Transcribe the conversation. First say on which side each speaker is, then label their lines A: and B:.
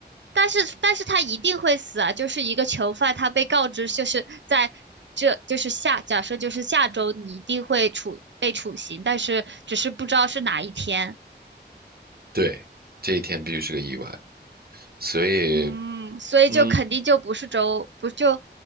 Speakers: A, on the right; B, on the right.
A: 但是但是他一定会死啊！就是一个囚犯，他被告知就是在这就是下假设就是下周你一定会处被处刑，但是只是不知道是哪一天。
B: 对，这一天必须是个意外，所以。
A: 嗯，所以就肯定就不是周不就，
B: 嗯，